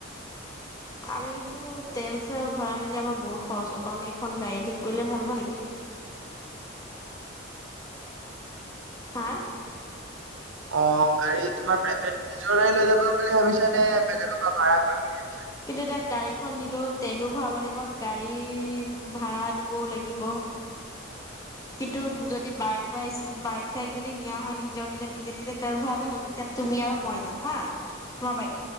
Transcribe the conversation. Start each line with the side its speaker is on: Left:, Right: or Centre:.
Left: আমি কিন্তু তেল চেল ভৰাই মেলি আমাৰ বহুত খৰচ হ'ব আমি এখন গাড়ী ঠিক কৰিলে ভাল হব নেকি? হা?
Right: অ', গাড়ী তোমাৰ প্ৰাইভেট নিজৰে লৈ যাম বুলি ভাবিছা নে বেলেগৰ পৰা ভাড়া কৰিম বুলি?
Left: কিন্তু এতিয়া গাড়ী খন নিলেও তেলো ভৰাব লাগিব, গাড়ী ভাৰা দিবও লাগিব, কিন্তু যদি বাইক বা স্কু--বাইক চাইক যদি নিয়া হয় নিজৰ নিজৰ নিজে নিজে তেল ভৰালে হ'ল তেতিয়া তুমি আৰু মই যাম হা, তোমাৰ বাইক